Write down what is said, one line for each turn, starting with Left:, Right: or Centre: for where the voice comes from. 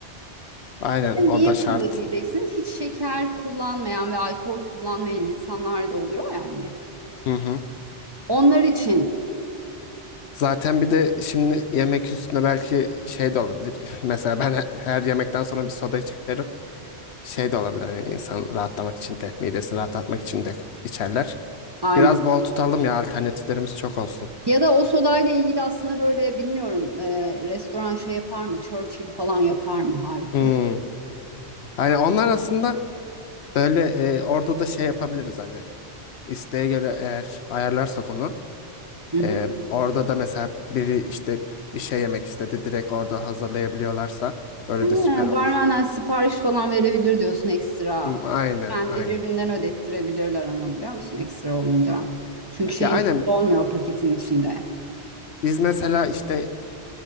Left: Aynen
Right: Niye
Left: o da
Right: funda
Left: şart.
Right: diyeceksin? Hiç şeker kullanmayan ve alkol kullanmayan insanlar da oluyor yani.
Left: Hı hı.
Right: Onlar için
Left: Zaten bir de şimdi yemek üstüne belki şey de olabilir. <laughs> Mesela ben he- her yemekten sonra bir soda içerim. Şey de olabilir hani insan rahatlamak için de, midesini rahatlatmak için de içerler.
Right: aynen.
Left: Biraz bol tutalım ya alternatiflerimiz çok olsun.
Right: Ya da o sodayla ilgili aslında böyle bilmiyorum e, restoran şey yapar mı? Churchill falan yapar mı? Harika
Left: Hmm.
Right: olur.
Left: Hani onlar aslında böyle e, orada da şey yapabiliriz hani isteğe göre eğer ayarlarsak onu.
Right: Hı hı.
Left: e, orada da mesela biri işte bir şey yemek istedi direkt orada hazırlayabiliyorlarsa öyle
Right: He,
Left: de süper olur.
Right: barmenden sipariş falan verebilir diyorsun ekstra.
Left: Hmm, aynen
Right: Kendi
Left: aynen.
Right: cebinden ödettirebilirler ama biliyor musun ekstra olunca. Çünkü şeyin
Left: Ya aynen
Right: içinde olmuyor paketin içinde.
Left: Biz mesela işte